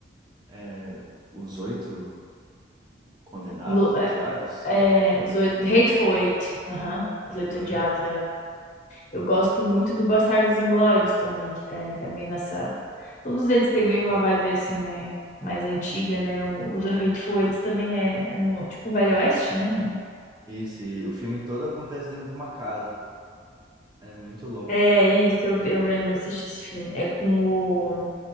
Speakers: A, on the right; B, on the left.
A: é, Os Oito Condenados,
B: Englo-
A: Odiados.
B: É, é, os oito... Hateful Eight. Aham. Os
A: Aham.
B: Oito Odiados, Eu gosto muito do Bastardos Inglórios também, que tá também nessa. Todos eles têm meio uma vibe assim, né? Mais antiga, né? O- Os Hateful Eight também é, é no tipo um Velho Oeste, né? Não.
A: Isso, e o filme todo acontece dentro de uma casa. É muito louco.
B: É isso, eu, eu lembro, assisti esse filme. É com o.